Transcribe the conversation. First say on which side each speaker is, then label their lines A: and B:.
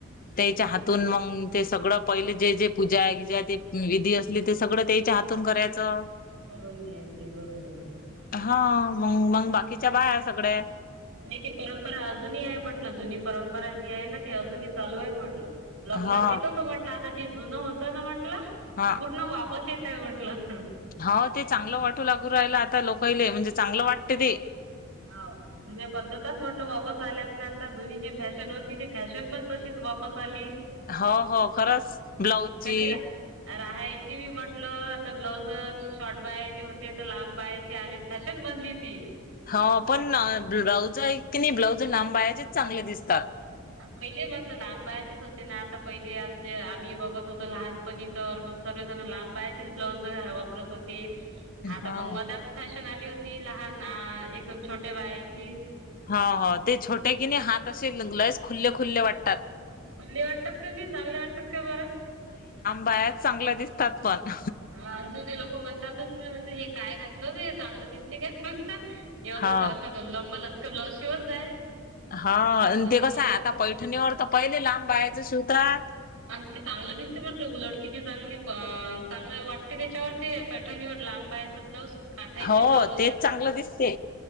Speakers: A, on the left (about 45°); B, on the right (about 80°).
A: त्यायच्या हातून मग ते सगळं पहिले जे जे पूजा बीजा, ते विधी अस तील ते सगळं त्यायच्या हातून करायचं.
B: करून घ्यायची बरोबर आहे.
A: हा मंग मंग बाकीच्या बाया सगळ्या.
B: नाही ती परंपरा अजूनही आहे म्हटलं. जुनी परंपरा जी आहे ना ती अजूनही चालू आहे म्हटलं. लग्नातही
A: हा
B: तसं म्हटलं, आता जे जुन होतं ना म्हटलं
A: हा
B: ते पूर्ण वापस येतय म्हटलं.
A: हाव. ते चांगलं वाटू लागू राहिल आता लोकायले. म्हणजे चांगलं वाटत ते.
B: हाव. जुन्या पद्धतच वापस आल्यात ना आता जुनी जी फॅशन होती ती फॅशन पण तशीच वापस आली.
A: हो हो खरच ब्लाऊजची
B: कशी रा राहायची बी म्हटलं आता ब्लाउजच शॉर्ट बाह्याचे होते तर लांब बाह्यांचे आले फॅशन बनली ती.
A: हाव पण ब्लाउज आहेत की नी ब्लाउज लांब बाह्यांचेच चांगले दिसतात.
B: पहिले म्हटलं लांब बाह्याचेच होते ना आता पहिले आमचे आम्ही बघत होतो लहान पनी तर मग सर्व जण लांब बाह्याचेच ब्लाउज वापरत होते. आता
A: हाव.
B: मग मधात फॅशन आली होती लहान आ एकदम छोट्या बाह्यांची.
A: हो हो ते छोट्या की नाय हात असे लयच खुल्ले खुल्ले वाटतात.
B: खुल्ले वाटतात का नाही चांगले वाटतात का बर?
A: बाह्याच चांगला दिस तात पण.
B: हा जुनी लोक म्हणतातच ना म्हणजे काय घातलं ते चांगलं दिसतय काय म्हणतात? हे अस
A: हा
B: जरास लंबलचक ब्लाऊज शिवत जाय.
A: हा
B: असं
A: ते कसं
B: म्हणतातच.
A: आता पैठणीवर तर पहिले लांब बाह्याच शीवतात
B: आणखी चांगलं दिसते म्हटलं उलट किती चांगली चांगलं वाटते त्याच्यावरती पैठणीवर लांब बाह्याचे. ब्लाऊज काठायचे
A: हो
B: ब्लाउज असतात
A: तेच चांगलं
B: तिथं.
A: दिसते.